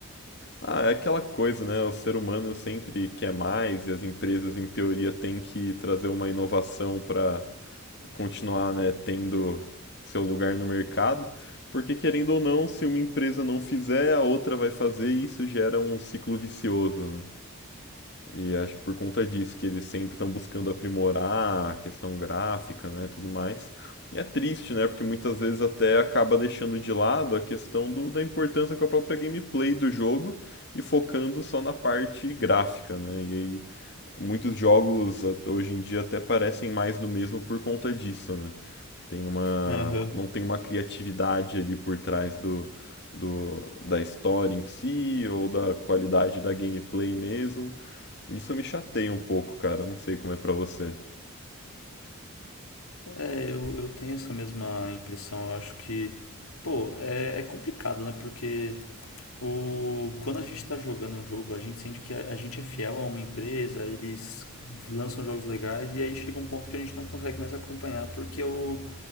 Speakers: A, on the left; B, on the left.
A: Ah, é aquela coisa, né? O ser humano sempre quer mais e as empresas, em teoria, têm que trazer uma inovação para continuar, né, tendo seu lugar no mercado. Porque, querendo ou não, se uma empresa não fizer, a outra vai fazer e isso gera um ciclo vicioso, né? E acho que por conta disso, que eles sempre estão buscando aprimorar a questão gráfica, né, tudo mais. E é triste, né, porque muitas vezes até acaba deixando de lado a questão do, da importância com a própria gameplay do jogo e focando só na parte gráfica, né. E aí muitos jogos hoje em dia até parecem mais do mesmo por conta disso, né. Tem uma,
B: Aham.
A: não tem uma criatividade ali por trás do, do, da história em si ou da qualidade da gameplay mesmo. Isso me chateia um pouco, cara. Não sei como é pra você.
B: É, eu, eu tenho essa mesma impressão. Eu acho que, pô, é, é complicado, né? Porque o, quando a gente está jogando um jogo, a gente sente que a, a gente é fiel a uma empresa, eles lançam jogos legais e aí chega um ponto que a gente não consegue mais acompanhar, porque o,